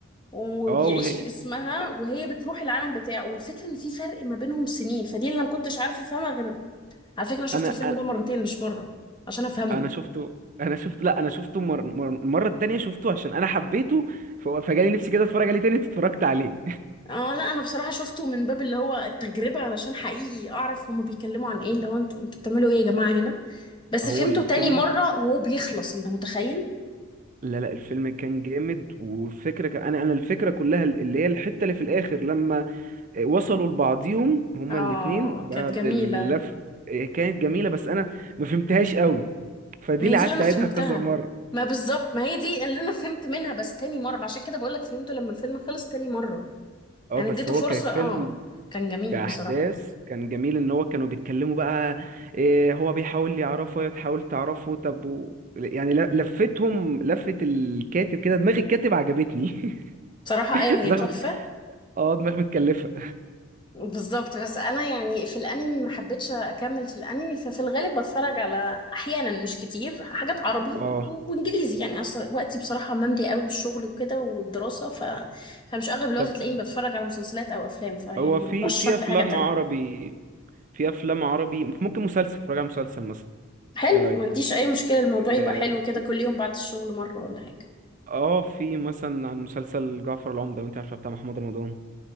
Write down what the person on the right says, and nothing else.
اه وهي
انا
انا شفته انا شفته لا انا شفته مر... مر... المره التانية شفته عشان انا حبيته ف... فجالي نفسي كده اتفرج عليه تاني اتفرجت عليه
<laughs> هو
الفيلم
لا لا الفيلم كان جامد والفكره كان انا انا الفكره كلها اللي هي الحته اللي في الاخر لما وصلوا لبعضيهم هما
الاتنين بعد
اللف كانت جميله بس انا ما فهمتهاش قوي فدي
اللي
قعدت
اعيدها
كذا مره
اه
بس
هو
كان فيلم
كأحداث
كان جميل إن هو كانوا بيتكلموا بقى إيه هو بيحاول يعرفه وهي تحاول تعرفه طب و... يعني ل- لفتهم لفة الكاتب كده دماغ الكاتب عجبتني
<laughs>
دماغ
اه دماغ متكلفة
اه
طب
هو في
في أفلام
عربي في أفلام عربي ممكن مسلسل اتفرج على مسلسل مثلا
إيه رأيك؟
آه،
في
اه في مثلا عن مسلسل جعفر العمدة لو انت عارفه بتاع محمد رمضان